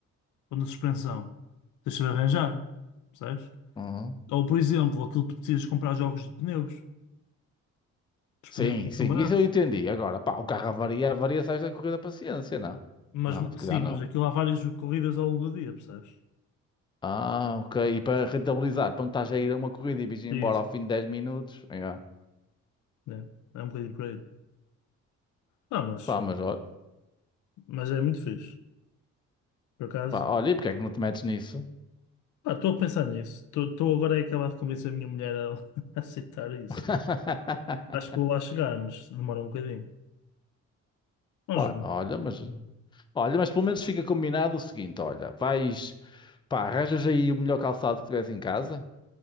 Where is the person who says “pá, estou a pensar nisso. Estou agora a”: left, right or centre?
Left